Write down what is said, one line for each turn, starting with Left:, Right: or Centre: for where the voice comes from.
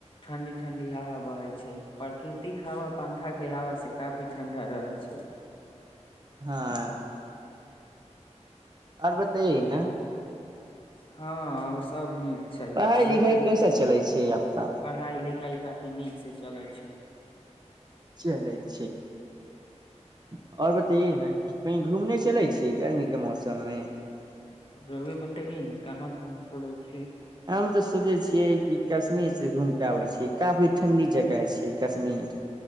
Left: ठंडी ठंडी हवा बहै छै प्राकृतिक हवा पंखा के हवा से काफी ठंडा रहै छै
Right: हँ आओर बताय न
Left: हँ औऱ सब नीक छै
Right: पढ़ाइ
Left: अहाँ
Right: लिखाइ
Left: के
Right: कैसा चलै छै आपका
Left: पढ़ाई लिखाई काफी नीक से चलै छै
Right: चलै छी आओर बतैे ने कही घूमने चलै छी छिय गर्मी के मौसममे <unintelligible> <unintelligible>
Left: रउवे बतैये ने कहाँ घूमै चलै छै
Right: हम तऽ सोचै छियै कि कश्मीर से घुम बे छी काफी ठंडी जगह छै ई कश्मी